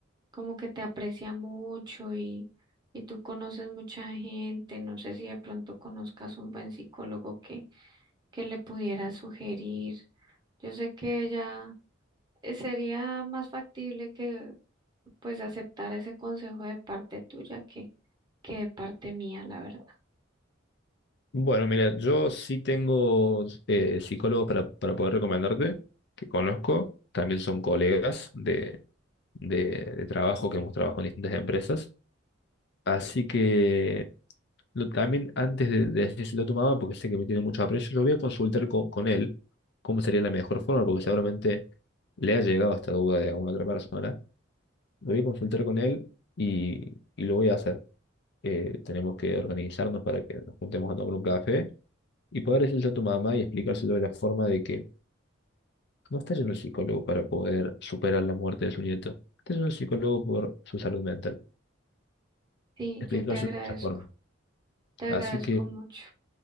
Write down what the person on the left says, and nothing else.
Bueno, mira, yo sí tengo eh, psicólogos para, para poder recomendarte, que conozco, también son colegas de de, de trabajo que hemos trabajado en distintas empresas. Así que lo- también antes de, de decírselo a tu mamá, porque sé que me tiene mucho aprecio, lo voy a consultar co- con, él cómo sería la mejor forma, porque seguramente le ha llegado esta duda de alguna otra persona. Lo voy a consultar con él y, y lo voy a hacer. Eh, tenemos que organizarnos para que nos juntemos a tomar un café y poder decirle a tu mamá y explicárselo de la forma de que no está yendo al psicólogo para poder superar la muerte de su nieto. Está yendo al psicólogo por su salud mental.
explicárselo
de esa forma.
Así que,